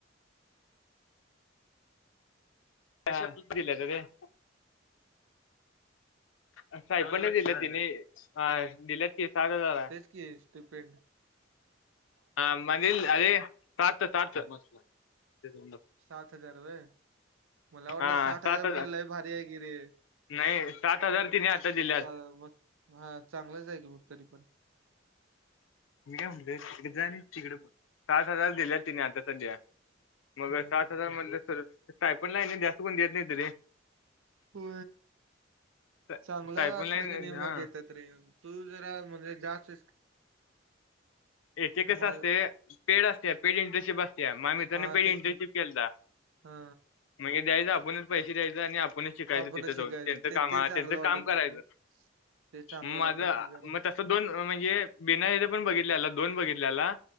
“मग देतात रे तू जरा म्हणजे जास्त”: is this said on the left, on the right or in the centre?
Right